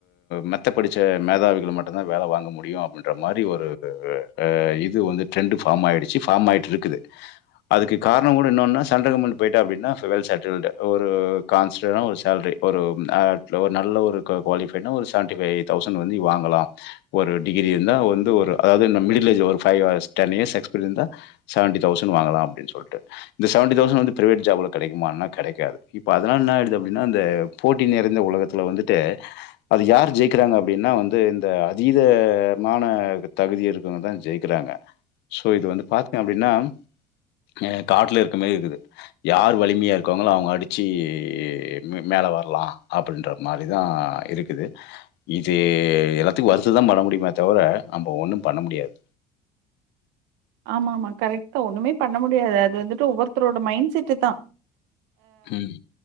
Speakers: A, on the left; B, on the right.
A: மெத்த படுச்ச மேதாவிகள மட்டுந்தா வேல வாங்க முடியு ன்ற மாரி ஒரு ஆ அ இது வந்து ட்ரெண்டு ஃபாம் ஆயிடுச்சு ஃபார்ம் ஆயிட்டு இருக்குது அதுக்கு காரணங்கூட இன்னொன்னா சண்ட கம்பெனில போயிட்டோ அப்டின்னா சொ வெல் செட்டில்டு ஒரு கான்ஸ்டண்டா ஒரு சேல்ரி ஒரு ஆ ஒரு நல்ல ஒரு கு குவாலிஃபைட்னா ஒரு செவன்ட்டிஃபை தௌசண்ட் வந்து நீ வாங்கலா ஒரு டிகிரி இருந்தா வந்து ஒரு அதாவது இந்த மிடில் ஏஜ்ஜு ஒரு five or ten years experience இருந்தா செவண்டி தௌசண்ட் வாங்கலா அப்டின்னு சொல்ட்டு இந்த செவண்டி தௌசண்ட் வந்து பிரைவேட் ஜாப்ல கெடைக்குமான்னா கெடைக்காது இப்ப அதனால என்ன ஆயிடுது அப்டின்னா இந்த போட்டி நிறைந்த உலகத்துல வந்துட்டு அது யார் ஜெயிக்கிறாங்க அப்டின்னா வந்து இந்த அதீதமான தகுதி இருக்கறவங்கதா ஜெயிக்கிறாங்க சோ இது வந்து பாத்தீங்க அப்டின்னா ஆ காட்ல இருக்கமேரி இருக்குது யார் வலிமையா இருக்காங்களோ அவுங்க அடிச்சு மே மேல வர்லா அப்டின்ற மாரிதா இருக்குது இது எல்லாத்துக்கு வருத்ததா பட முடியுமே தவிர நம்ப ஒண்ணு பண்ண முடியாது
B: ஆமா ஆமா கரெக்ட்தா ஒண்ணுமே பண்ண முடியாது அது வந்துட்டு ஒவ்வொருத்தரோட மைண்ட் செட்டுதா
A: ம்